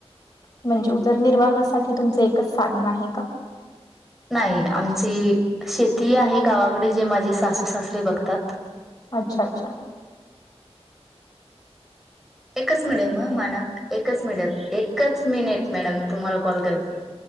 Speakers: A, on the left (about 35°); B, in the centre.
A: म्हणजे उदरनिर्वाहासाठी तुमचं एकच साधन आहे का?
B: नाही आमची शेती आहे, गावाकडे जे माझे सासू- सासरे बघतात.
A: अच्छा अच्छा!
B: एकच मिडम ह मानम एकचं मिडम एकच मिनिटं मॅडम मी तुम्हाला कॉल करते.